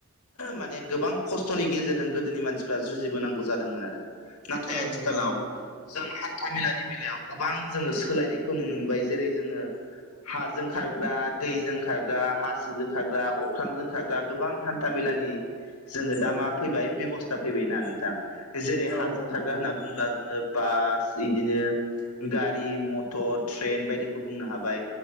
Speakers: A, on the left (about 85°); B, on the right (about 15°).
A: माने गोबां खस्थनि गेजेरजों गोदोनि मानसिफ्रा जुजिबोनांगौ जादों मोन आरो नाथाय
B: औ
A: आथिखालाव
B: औ नंगौ
A: जों हान्था मेलानि बेलायाव गोबां जोङो सोलायनायखौ नुनो मोनबाय जेरै जोङो हाजों खारग्रा दैजों खारग्रा हासोजों खाग्रा अख्रांजों खाग्रा गोबां हान्था मेलानि जोङो
B: औ
A: दा मा फैबाय बेबस्था फैबायनाा नोंथां जेरै
B: औ
A: हाजों
B: औ
A: खारग्रा
B: नंगौ
A: होनना बुङोब्ला जोङो बास बिदिनो गारि मटर ट्रेन बायदिखौ बुंनो हाबाय